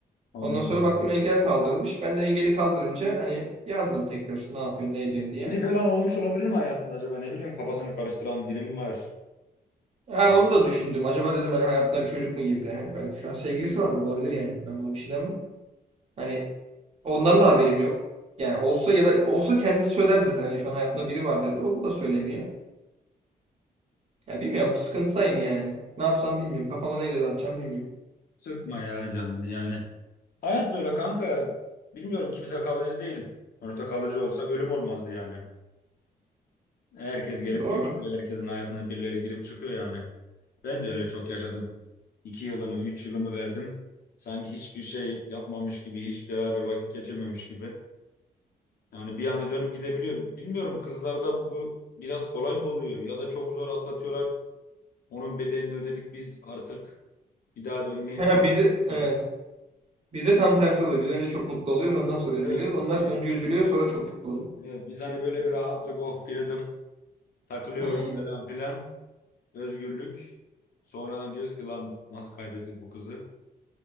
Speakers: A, on the left (about 65°); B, on the right (about 40°).
A: Allah
B: Ondan sonra
A: Allah.
B: baktım engel kaldırmış. Ben de engeli kaldırınca hani yazdım tekrar ne yapıyorsun ne ediyorsun diye.
A: Biri falan olmuş olabilir mi hayatında acaba? Ne bileyim kafasını karıştıran biri mi var?
B: Ha
A: Yani
B: onu da düşündüm. Acaba dedim hani hayatına bir çocuk mu girdi? Hani belki şu an sevgilisi vardır olabilir yani. Ben buna bir şey demem. Hani ondan da haberim yok. Yani olsa ya da olsa kendisi söyler zaten. Hani şu an hayatında biri var dedi. Onu da söylemiyor. Ya bilmiyorum sıkıntıdayım yani. Ne yapsam bilmiyorum. kafama neyle dağıtacağım bilmiyorum.
A: Sıkma ya canını yani. hayat böyle kanka. Bilmiyorum kimse kalıcı değil. Sonuçta kalıcı olsa ölüm olmazdı yani. Herkes gelip
B: Doğru.
A: geçiyor. Herkesin hayatına birileri girip çıkıyor yani. Ben de öyle çok yaşadım. İki yılımı, üç yılımı verdim. Sanki hiçbir şey yapmamış gibi, hiç beraber vakit geçirmemiş gibi. Yani bir anda dönüp gidebiliyor. Bilmiyorum kızlarda bu, bu biraz kolay mı oluyor ya da çok zor atlatıyorlar. Onun bedelini ödedik biz artık bir daha dönmeyiz
B: Ha,
A: kafası
B: bize,
A: mı
B: evet.
A: var.
B: Bize tam tersi oluyor. Biz önce çok mutlu oluyoruz. Ondan sonra üzülüyoruz.
A: Evet,
B: Onlar
A: bir-
B: önce üzülüyor sonra çok mutlu oluyor.
A: evet, biz hani böyle bir rahatlık, oh freedom takılıyoruz
B: Hmm,
A: falan filan. özgürlük. Sonradan diyoruz ki lan nasıl kaybettik bu kızı?